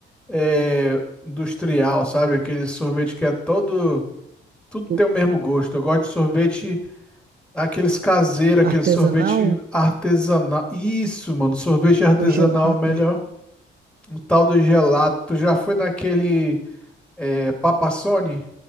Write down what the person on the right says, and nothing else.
do
artesanal,
o gelato,
gelato,